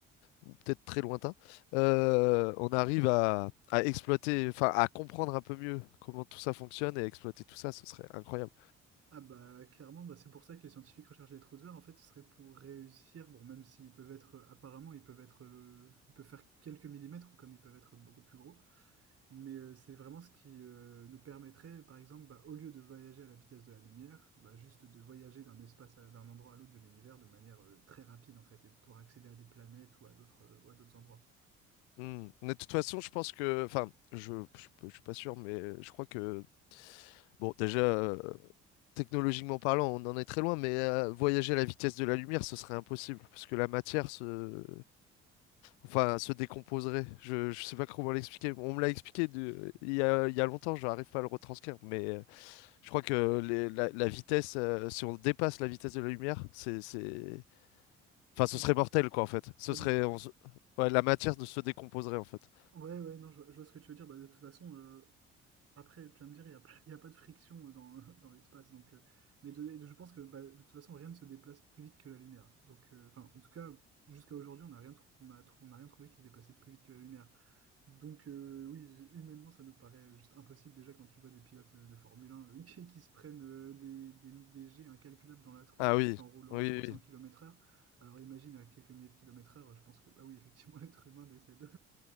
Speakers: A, on the left; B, on the right.
A: ou peut-être très lointain, euh, on arrive à, à exploiter, enfin, à comprendre un peu mieux comment tout ça fonctionne et exploiter tout ça, ce serait incroyable.
B: Ah bah clairement, bah, c'est pour ça que les scientifiques recherchent les trous de verre. En fait, ce serait pour réussir, bon, même s'ils peuvent être, euh, apparemment, ils peuvent être, euh, ils peuvent faire quelques millimètres, ou comme ils peuvent être beaucoup plus gros, mais euh, c'est vraiment ce qui euh, nous permettrait, par exemple, bah, au lieu de voyager à la vitesse de la lumière, bah, juste de voyager d'un espace à- d'un endroit à l'autre de l'univers de manière euh, très rapide, en fait, et de pouvoir accéder à des planètes ou à d'autres euh, ou à d'autres endroits.
A: Hmm. Mais de toute façon, je pense que, enfin, je, je, je suis pas sûr, mais je crois que, bon, déjà. Technologiquement parlant, on en est très loin, mais euh, voyager à la vitesse de la lumière, ce serait impossible, parce que la matière se, enfin, se décomposerait. Je, je sais pas comment l'expliquer. On me l'a expliqué de- il y a, il y a longtemps, je n'arrive pas à le retranscrire, mais euh, je crois que les- la, la vitesse, euh, si on dépasse la vitesse de la lumière, c'est, c'est... Enfin, ce
B: Ah
A: serait
B: bah,
A: mortel, quoi, en fait. Ce
B: bah,
A: serait...
B: de tout-
A: on se- ouais, la matière ne se décomposerait, en fait.
B: ouais, ouais, non, je vois, je vois ce que tu veux dire. Bah, de toute façon, euh, Après, tu vas me dire, il n'y a pas, il y a pas de friction euh, dans, <laughs> dans l'espace. Donc, euh, mais de- je pense que bah, de toute façon, rien ne se déplace plus vite que la lumière. Donc, euh, enfin, en tout cas, jusqu'à aujourd'hui, on n'a rien, trou- on a, trou- on a rien trouvé qui se déplaçait plus vite que la lumière. Donc, euh, oui, humainement, ça nous paraît juste impossible. Déjà, quand tu vois des pilotes euh, de Formule un euh, <laughs> qui, qui se prennent euh, des, des, des jets incalculables dans la tronche
A: Ah oui,
B: juste en roulant
A: oui,
B: à 300
A: oui. oui.
B: kilomètres heure. Alors, imagine à quelques milliers de kilomètres heure, je pense que, bah oui, effectivement, <laughs> l'être humain décède.